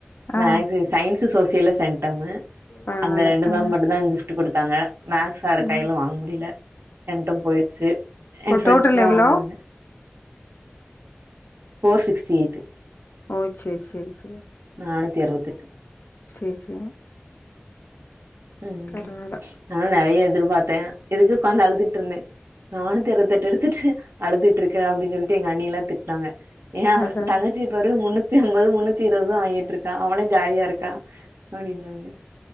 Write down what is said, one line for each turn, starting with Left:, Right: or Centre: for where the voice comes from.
Left: ஆ
Right: மேக்ஸ் சயின்ஸ் சோசியல்ல சென்டம்
Left: பரவால்ல
Right: அந்த ரெண்டு
Left: ஆ
Right: மேம் மட்டுதா கிப்ட்டு குடுத்தாங்க மேக்ஸ் சாரு
Left: ம்
Right: கைல வாங்க முடில மட்டு போய்ட்ச்சு எ
Left: ஓ
Right: ஃப்ரெண்ட்ஸ்தா
Left: டோட்டல் எவ்ளோ
Right: வாங்னாங்க ஃபோர் சிக்ஸ்டி எயிட்டு
Left: ஓ சரி சரி சரி
Right: நானூத்தி அறுவத்தெட்டு
Left: சரி சரி
Right: ம்
Left: பரவால்ல
Right: ஆனா நெறய எதிர்பாத்த இதுக்கு உக்காந்து அழுதுட்டு இருந்த நானுத்தி அறுவத்தெட்டு எடுத்துட்டு அழுதுட்ருக்க அப்டின் சொல்லிட்டு எங்க அண்ணில்லா திட்னாங்க ஏனா
Left: அதா
Right: தங்க விஜிய பாரு முன்னூத்தி அம்பது முன்னூத்தி இருவதுதா வாங்கிட்ருக்கா அவளே ஜாலியா இருக்கா அப்டின்றாங்க